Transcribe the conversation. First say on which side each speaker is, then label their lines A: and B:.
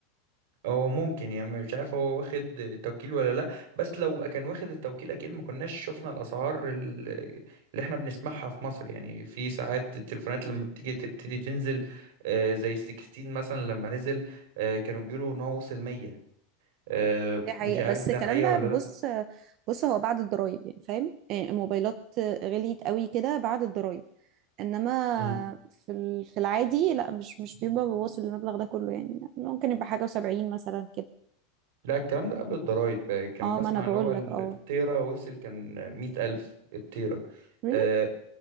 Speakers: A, on the right; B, on the right.
A: هو ممكن يعني مش عارف هو واخد التوكيل ولا لا بس لو كان واخد التوكيل اكيد ما كناش شفنا الاسعار ال- اللي احنا بنسمعها في مصر يعني في ساعات التليفونات لما بتيجي تبتدي تنزل آه، زي ال 16 مثلا لما نزل آه، كانوا بيقولوا ان هو وصل 100 آه،
B: دي حقيقة
A: مش عارف
B: بس
A: ده
B: الكلام
A: حقيقه
B: ده
A: ولا
B: بص بص هو بعد الضرايب يعني فاهم يعني الموبايلات غليت قوي كده بعد الضرايب انما
A: لا
B: في ال- في العادي لا مش مش بيبقى بواصل المبلغ ده كله يعني ممكن يبقى حاجة وسبعين مثلا كده
A: لا الكلام ده قبل الضرايب آه، كان
B: اه
A: بسمع
B: ما انا بقول
A: ان هو ال-
B: لك اه
A: التيرا وصل كان مية ألف التيرا
B: really
A: اه